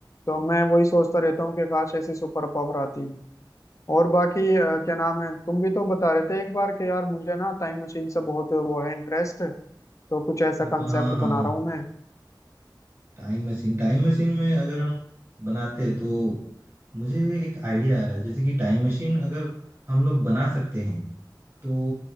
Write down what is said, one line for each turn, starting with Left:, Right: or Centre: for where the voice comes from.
Left: तो मैं वही सोचता रहता हूँ कि काश ऐसी सुपर पावर आती और बाकी अ, क्या नाम है तुम भी तो बता रहे थे एक बार कि यार मुझे ना टाइम मशीन से बहुत वो है इंटरेस्ट तो कुछ ऐसा
Right: अच्छा
Left: कंसेप्ट
Right: हाँ हाँ
Left: बना
Right: हाँ
Left: रहा हूँ मैं
Right: टाइम मशीन टाइम मशीन में अगर हम बनाते तो मुझे एक आइडिया आ रहा है जैसे कि टाइम मशीन अगर हम लोग बना सकते हैं तो